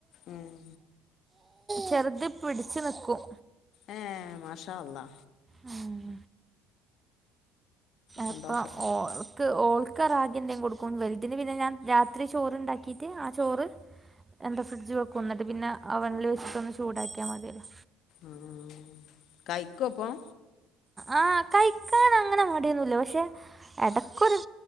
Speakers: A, on the left; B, on the right.
A: ഉം
B: ചെറുത് പിടിച്ചു നിക്കും
A: ഏഹ് മാഷാഅള്ളാ
B: ഉം <unintelligible>
A: സന്തോഷം
B: ഇപ്പം ഓൾ ഓൾക്ക് റാഗ്യന്തേം കൊടുക്കും വെൽതിന് പിന്നെ ഞാൻ രാത്രി ചോറ്ണ്ടാക്കിട്ട് ആ ചോറ് എന്താ ഫ്രിഡ്‌ജി വെക്കും ന്നിട്ട് പിന്നെ അവൺല് വെച്ചിട്ടൊന്ന് ചൂടാക്കിയാ മതിയല്ലോ
A: ഉം കയ്ക്കോപ്പം?
B: ആഹ് കഴിക്കാനങ്ങനെ മടിയൊന്നുല്ല പക്ഷെ എടക്കൊരു